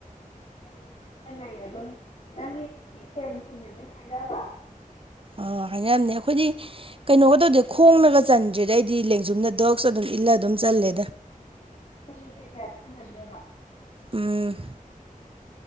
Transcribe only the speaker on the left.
ꯀꯥꯏ ꯑ ꯆ ꯐꯦꯟꯁꯤꯡꯅ ꯑꯗꯨꯝ ꯍꯥꯏꯅꯕ
ꯁꯤꯦꯁꯗ꯭ꯔꯦꯕ